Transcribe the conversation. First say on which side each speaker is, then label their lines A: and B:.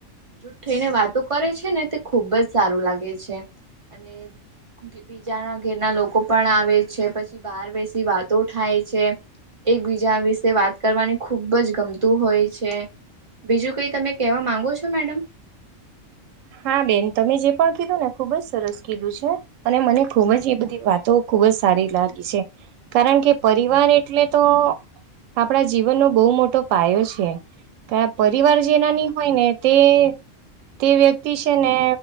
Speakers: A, on the right; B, on the right.
A: જૂટ થઈને વાતો કરે છે ને તે ખુબ જ સારું લાગે છે અને બીજાના ઘેરના લોકો પણ આવે છે પછી બહાર બેસી વાતો થાય છે. એકબીજા વિશે વાત કરવાની ખૂબ જ ગમતું હોય છે. બીજું કઈ તમે કહેવા માંગો છો મેડમ
B: હા બેન તમે જે પણ કીધું ને ખુબજ સરસ કીધું છે. અને મને ખૂબ જ એ બધી વાતો ખુબ જ સારી લાગી છે. કારણ કે પરિવાર એટલે તો આપણા જીવનનો બહુ મોટો પાયો છે. પરિવાર જેનાની હોય ને તે તે વ્યક્તિ વ્યક્તિ છે ને